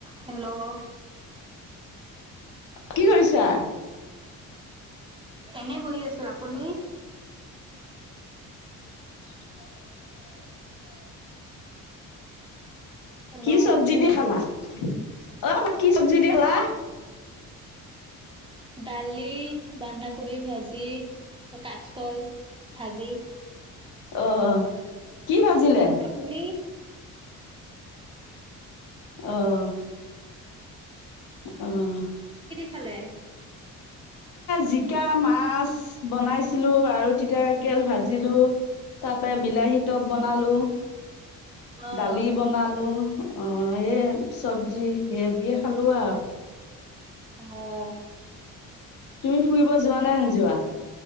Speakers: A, on the right; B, on the left.
A: Hello?
B: কি কৰিছা?
A: এনে বহি আছো। আপুনি?
B: <inaudible>
A: হেল্ল'
B: কি চব্জি দি খালা? অ'' আমাক কি চব্জি দি খালা?
A: দালি বন্ধাকবি ভাজি কাচকল ভাজি
B: আহ কি বাজিলে?
A: আপুনি?
B: আহ! আহ!
A: খলে?
B: জিকা মাছ বনাইছিলো আৰু তিতা কাৰেলা ভাজিলো। তাৰ পৰা বিলাহী ট'প বনালো
A: অ',
B: দালি বনালো অ', এই চব্জি সেয়া দিয়ে খালো আৰু
A: আহ!
B: তুমি ফুৰিব যোৱানে নোযোৱা?